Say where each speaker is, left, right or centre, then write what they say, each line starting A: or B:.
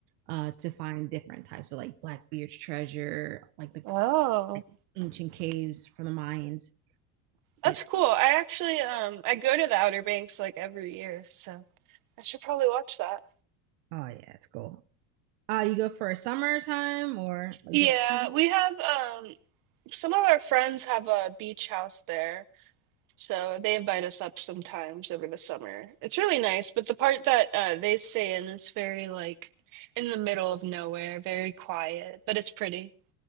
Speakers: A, on the right; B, on the right.
A: uh to find different types of like Blackbeard's treasure, like the
B: Oh.
A: like, ancient caves from the Mayans. Yeah.
B: That's cool. I actually um I go to the Outer Banks like every year, so I should probably watch that.
A: Oh yeah, it's cool. Uh you go for a summertime or like
B: Yeah,
A: during season?
B: we have um some of our friends have a beach house there. So they invite us up sometimes over the summer. It's really nice, but the part that uh they stay in is very like in the middle of nowhere, very quiet, but it's pretty.